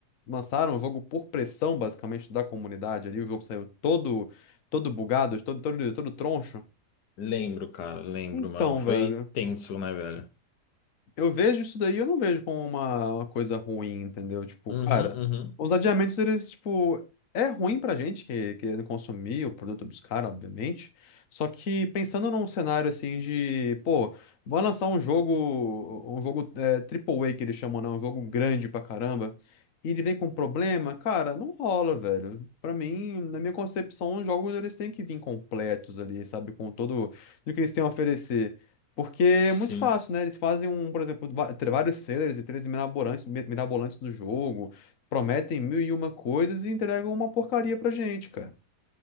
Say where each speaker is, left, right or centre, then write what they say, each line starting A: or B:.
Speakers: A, on the left; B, on the left.
A: lançaram o jogo por pressão, basicamente, da comunidade ali. O jogo saiu todo, todo bugado, todo, todo, todo troncho.
B: Lembro, cara, lembro,
A: Então,
B: mano. Foi
A: velho.
B: tenso, né, velho?
A: Eu vejo isso daí, eu não vejo como uma, uma coisa ruim, entendeu? Tipo,
B: Uhum,
A: cara,
B: uhum.
A: os adiamentos, eles, tipo, é ruim pra gente que querendo consumir o produto dos caras, obviamente. Só que pensando num cenário assim de, pô, vai lançar um jogo, um jogo é, Triple A que eles chamam, né? Um jogo grande pra caramba. E ele vem com problema, cara, não rola, velho. Pra mim, na minha concepção, os jogos eles têm que vir completos ali, sabe? Com todo o que eles têm a oferecer. Porque é
B: Sim.
A: muito fácil, né? Eles fazem um, por exemplo, va- tra- vários trailers e trailers mirabolantes, mi- mirabolantes do jogo, prometem mil e uma coisas e entregam uma porcaria pra gente, cara.